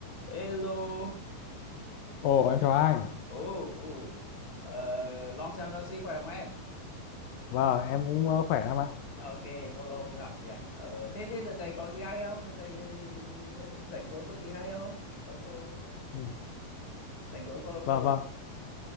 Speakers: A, on the left; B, on the left.
A: Hello.
B: Ồ, em chào anh.
A: Ồ, ồ. Ờ, long time no see, khỏe không em?
B: Vâng, em cũng ờ, khỏe lắm ạ.
A: Ờ, Ok, lâu lâu không gặp nhỉ. Ờ, thế thế đợt này có gì hay không? Đợt này ờ, rảnh rỗi có gì hay không? Có có
B: Ừ.
A: rảnh rỗi có có
B: Vâng, vâng.